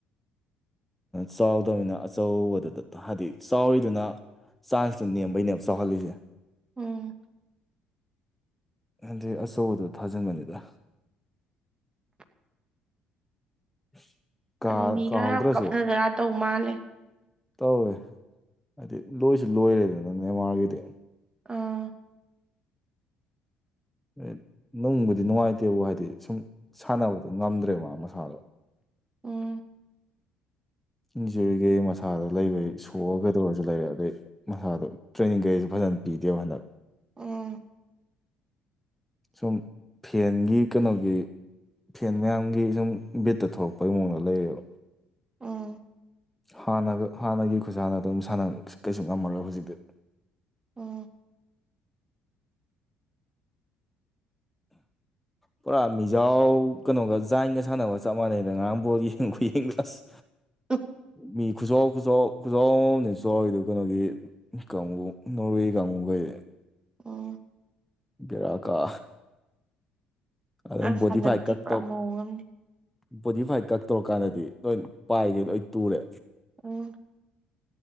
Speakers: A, in the centre; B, on the right (about 20°).
A: ꯆꯥꯎꯗꯕꯅꯤꯅ ꯑꯆꯧꯕꯗꯨꯗ ꯍꯥꯏꯗꯤ ꯆꯥꯎꯔꯤꯗꯨꯅ ꯆꯥꯟꯁꯇꯣ ꯅꯦꯝꯕꯩꯅꯦꯕ ꯆꯥꯎꯍꯜꯂꯤꯁꯦ
B: ꯎꯝ
A: ꯍꯥꯏꯗꯤ ꯑꯆꯧꯕꯗꯣ ꯊꯥꯖꯤꯟꯕꯅꯤꯗ
B: <unintelligible>
A: <unintelligible>
B: ꯑꯗꯨ ꯃꯤꯒ
A: ꯀꯥꯍꯧꯗ꯭ꯔꯁꯨ
B: ꯌꯥꯝ ꯀꯞꯅꯗꯅ ꯇꯧꯕ ꯃꯥꯜꯂꯦ
A: ꯇꯧꯋꯦ ꯍꯥꯏꯗꯤ ꯂꯣꯏꯁꯨ ꯂꯣꯏꯔꯦꯗꯅ ꯃꯦꯃꯥꯔꯒꯤꯗꯤ
B: ꯑꯥ
A: ꯑꯦꯠ ꯅꯨꯡꯕꯨꯗꯤ ꯅꯨꯡꯉꯥꯏꯇꯦꯕꯨ ꯍꯥꯏꯗꯤ ꯁꯨꯝ ꯁꯥꯟꯅꯕꯗꯨꯣ ꯉꯝꯗ꯭ꯔꯦ ꯃꯥ ꯃꯁꯥꯗꯣ
B: ꯎꯝ
A: ꯏꯟꯖꯨꯔꯤꯒꯤ ꯃꯁꯥꯗꯣ ꯂꯩꯕꯒꯤ ꯁꯣꯛꯑ ꯀꯩꯗꯧꯔꯁꯨ ꯂꯩꯔꯦ ꯑꯗꯩ ꯃꯁꯥꯗꯣ ꯇ꯭ꯔꯦꯅꯤꯡ ꯀꯩꯁꯨ ꯐꯖ ꯅ ꯑꯄꯤꯗꯦꯕ ꯍꯟꯗꯛ
B: ꯎꯝ
A: ꯁꯨꯝ ꯐꯦꯟꯒꯤ ꯀꯩꯅꯣꯒꯤ ꯐꯦꯟ ꯃꯌꯥꯝꯒꯤ ꯁꯨꯝ ꯕꯕꯤꯠꯇ ꯊꯂꯛꯄꯩ ꯃꯑꯣꯡꯗ ꯂꯩꯌꯦꯕ
B: ꯎꯝ
A: ꯍꯥꯟꯅꯒ ꯍꯥꯟꯅꯒꯤ ꯈꯨꯁꯥꯟꯅꯗꯧ ꯁꯥꯟꯅ ꯀꯩꯁꯨ ꯉꯝꯃꯔꯣꯏ ꯍꯧꯖꯤꯛꯇꯤ
B: ꯎꯝ <inaudible>
A: ꯄꯨꯔꯥ ꯃꯤꯖꯥꯎ ꯀꯩꯅꯣꯒ ꯖꯥꯏꯟꯒ ꯁꯥꯟꯅꯕ ꯆꯞ ꯃꯥꯟꯅꯩꯗ ꯉꯔꯥꯡ ꯕꯣꯜ ꯌꯦꯡꯕ ꯈꯨꯌꯦꯡꯗꯨ ꯑꯁ
B: <unintelligible>
A: ꯃꯤ ꯈꯨꯆꯥꯎ ꯈꯨꯆꯥꯎ ꯈꯨꯖꯥꯎ ꯑꯃꯃꯝꯗꯅꯤ ꯆꯥꯎꯔꯤꯗꯨ ꯀꯩꯅꯣꯒꯤ ꯀꯥꯡꯕꯨ ꯅꯣꯔꯋꯦ ꯀꯥꯡꯒꯨꯒꯩꯗꯤ
B: ꯎꯝ
A: ꯕꯦꯔꯥ ꯀꯥ ꯑ
B: ꯑꯁ
A: ꯕꯣꯗꯤ
B: ꯍꯟꯗꯛꯇꯤ
A: ꯐꯥꯏꯠ ꯀꯛ
B: ꯄꯨꯔꯥ
A: ꯇꯣꯞ
B: ꯃꯑꯣꯡ ꯑꯃꯅꯤ
A: ꯕꯣꯗꯤꯐꯥꯏꯠ ꯀꯛꯇꯧꯔ ꯀꯥꯟꯗꯗꯤ ꯂꯣꯏ ꯄꯥꯏꯈꯩ ꯂꯣꯏ ꯇꯨꯔꯦ
B: ꯑꯣ